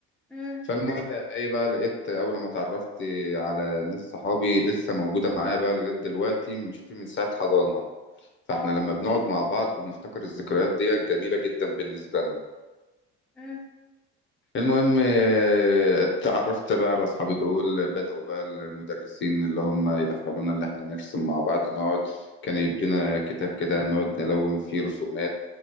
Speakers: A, in the centre; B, on the left (about 40°).
A: امم
B: فالمهم إيه بقى لقيت أول ما اتعرفت على ناس صحابي لسه موجودة معايا بقى لغاية دلوقتي بنشوفي من ساعة حضانة فاحنا
A: اه
B: لما بنقعد مع بعض بنفتكر الذكريات ديت جميلة جدا بالنسبة لنا
A: امم
B: المهم آه، اتعرفت بقى على اصحابي دول بدأوا بقى المدرسين اللي هم يدخلونا اللي احنا نرسم مع بعض نقعد كان يدينا كتاب كده نقعد نلون فيه رسومات